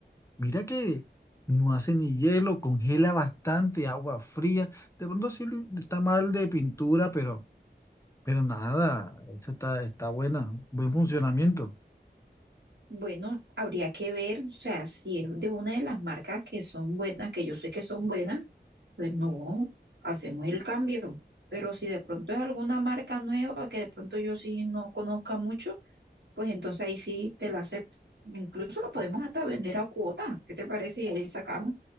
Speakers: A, on the left (about 15°); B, on the right (about 75°).
A: Mira que no hace ni hielo, congela bastante, agua fría. De pronto sí está mal de pintura, pero, pero nada, eso está, está buena, buen funcionamiento.
B: Bueno, habría que ver, o sea, si es de una de las marcas que son buenas, que yo sé que son buenas, pues no, hacemos el cambio. Pero si de pronto es alguna marca nueva que de pronto yo sí no conozca mucho, pues entonces ahí sí te lo acepto. Incluso lo podemos hasta vender a cuota, ¿qué te parece? Y ahí sacamos.